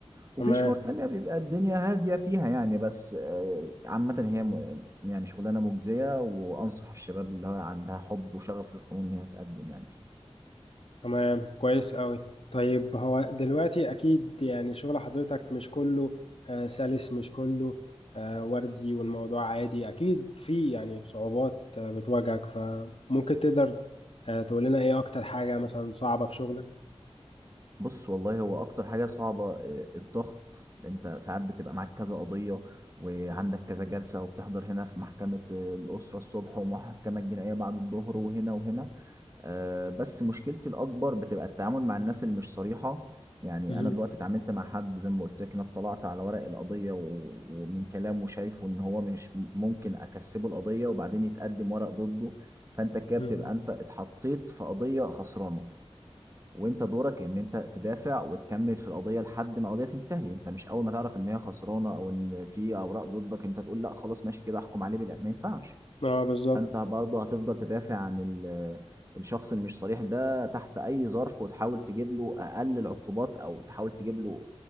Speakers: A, on the left; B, on the right.
A: تمام
B: وفي شهور تانية بيبقى الدنيا هادية فيها يعني بس آه، عامة هي م- يعني شغلانة مجزية وأنصح الشباب اللي هو عندها حب وشغف للقانون إن هي تقدم يعني فيها
A: تمام كويس قوي طيب هو دلوقتي اكيد يعني شغل حضرتك مش كله آه، سلس مش كله آه، وردي والموضوع عادي اكيد في يعني صعوبات آه، بتواجهك فممكن تقدر آه، تقول لنا ايه اكتر حاجة مثلا صعبة في شغلك
B: بص والله هو اكتر حاجة صعبة آه، الضغط انت ساعات بتبقى معاك كذا قضية وعندك كذا جلسة وبتحضر هنا في محكمة آه، الأسرة الصبح ومحكمة الجنائية بعد الظهر وهنا وهنا آه، بس مشكلتي الأكبر بتبقى التعامل مع الناس اللي مش صريحة يعني
A: مهم.
B: أنا دلوقتي اتعاملت مع حد زي ما قلت لك أنا اطلعت على ورق القضية و- ومن كلامه شايفه إن هو مش ممكن أكسبه القضية وبعدين يتقدم ورق ضده فأنت كده
A: مهم.
B: بتبقى أنت اتحطيت في قضية خسرانة وانت دورك ان انت تدافع وتكمل في القضيه لحد ما القضيه تنتهي انت مش اول ما تعرف ان هي خسرانه او ان في اوراق ضدك انت تقول لا خلاص ماشي كده احكم عليه بالإعدام. ما ينفعش
A: اه بالظبط
B: فانت برضه هتفضل تدافع عن ال- الشخص اللي مش صريح ده تحت اي ظرف وتحاول تجيب له اقل العقوبات او تحاول تجيب له